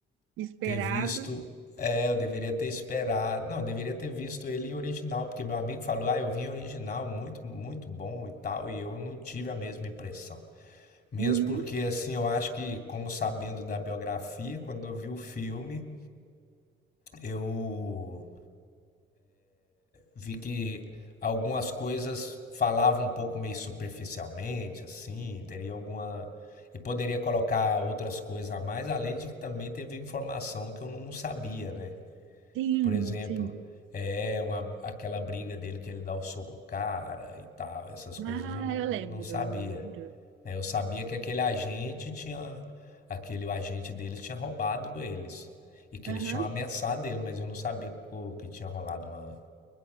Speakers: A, on the right; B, on the left.
A: Esperado.
B: ter visto. É, eu deveria ter esperado. Não, eu deveria ter visto ele em original, porque meu amigo falou, ah, eu vi em original, muito, muito bom e tal, e eu não tive a mesma impressão. Mesmo
A: Uhum.
B: porque, assim, eu acho que, como sabendo da biografia, quando eu vi o filme, eu vi que algumas coisas falavam um pouco meio superficialmente, assim, teria alguma. E poderia colocar outras coisas a mais, além de que também teve informação que eu não sabia, né?
A: Sim,
B: Por exemplo,
A: sim.
B: é uma, aquela briga dele que ele dá o soco no cara e tal, essas coisas
A: Ah,
B: eu não,
A: eu
B: não,
A: lembro,
B: não sabia.
A: eu lembro.
B: né? Eu sabia que aquele agente tinha. Aquele agente deles tinha roubado eles. E que
A: Aham.
B: eles tinham ameaçado ele, mas eu não sabia que o- que tinha rolado uma,